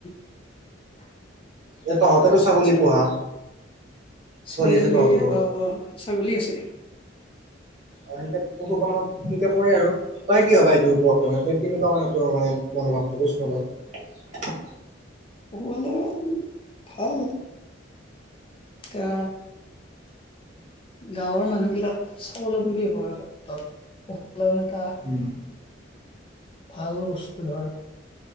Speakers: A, on the left; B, on the right.
A: <inaudible>
B: এ তহঁতেতো
A: আচ্ছা
B: ছাগলী
A: আচ্ছা
B: পোহা।
A: ছাগলী
B: আছে তহঁতৰো
A: আহ-আহ ছাগলী আছে।
B: অ সেনেকে পশুপালনত সেনকে পৰে আৰু তই কি হবা এইটোৰ ওপৰত। কেনেকুৱা মানে তোৰ মানে মনোভাৱটো কচোন অলপ।
A: পোহো মানে ভাল এতিয়া। <inaudible> গাঁৱৰ মানুহবিলাক স্বাৱলম্বী হোৱাৰ ক্ষেত্ৰত। <unintelligible> ক্ল ন এটা <unintelligible>
B: উম
A: ভাল বস্তু ধৰ।